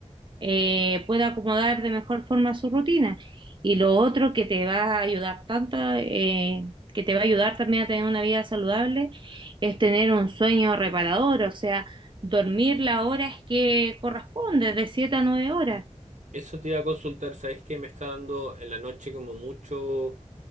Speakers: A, on the right; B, on the right.
A: eh, pueda acomodar de mejor forma su rutina. Y lo otro que te va a ayudar tanto, eh, que te va a ayudar también a tener una vida saludable, es tener un sueño reparador, o sea, dormir las horas que corresponde, de siete a nueve horas.
B: Eso te iba a consultar, ¿sabes qué? Me está dando en la noche como mucho...